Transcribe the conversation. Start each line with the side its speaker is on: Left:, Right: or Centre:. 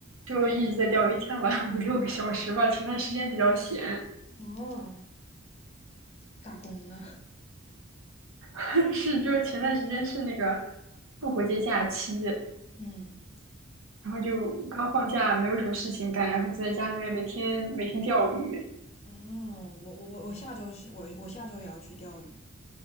Right: 就一直在钓，鱼，一天玩五 <laughs> 六个小时吧。前段时间比较闲，
Left: 哦，打工呢？
Right: <laughs> 是就是前段时间是那个复活节假期，
Left: 嗯，
Right: 然后就刚放假，没有什么事情干，然后就在家里面每天每天钓鱼。
Left: 哦，我我我我下周是我我下周也要去钓鱼，